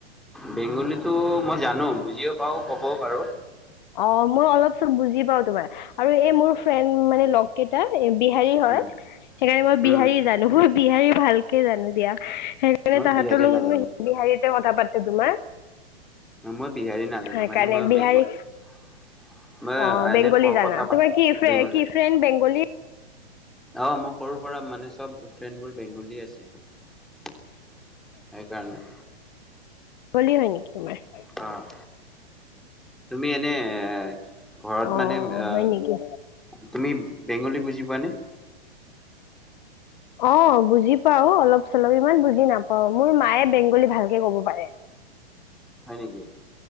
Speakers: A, in the centre; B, on the left (about 50°).
A: বেংগলীতো মই জানো বুজিও পাওঁ ক'বও পাৰোঁ।
B: অ মই অলপ চলপ বুজি পাওঁ তোমাৰ আৰু এই মোৰ ফ্ৰেণ্ড মানে লগ কেইটা। বিহাৰী হয়
A: উম,
B: সেইকাৰণে মই বিহাৰী
A: উম,
B: জানো বিহাৰী ভালকে জানো দিয়া। সেইকাৰণে
A: মই
B: তাহাঁতৰ
A: বিহাৰী
B: লগত
A: নাজানো।
B: বিহাৰীতে কথা পাতোঁ তোমাৰ।
A: মই বিহাৰী নাজানোঁ
B: সেইকাৰণে
A: মানে মই
B: বিহাৰী
A: বেংগলী। মই
B: অ
A: এনেই
B: বেংগলী জানা
A: কথা
B: তোমাৰ
A: পাতোঁ
B: কি ফ্ৰে-
A: বেংগলী।
B: কি ফ্ৰেণ্ড বেংগলী
A: অ মোৰ সৰুৰ পৰা মানে চব ফ্ৰেণ্ডবোৰ বেংগলী আছে। সেইকাৰণে।
B: বলি হয় নেকি তোমাৰ।
A: অ' তুমি এনে এ ঘৰত
B: অ'
A: মানে আহ
B: হয় নেকি?
A: তুমি। বেংগলী বুজি পোৱানে।
B: অ বুজি পাওঁ অলপ চলপ ইমান বুজি নাপাওঁ মোৰ মায়ে বেংগলী ভালকে ক'ব পাৰে। <inaudible>
A: হয় নেকি।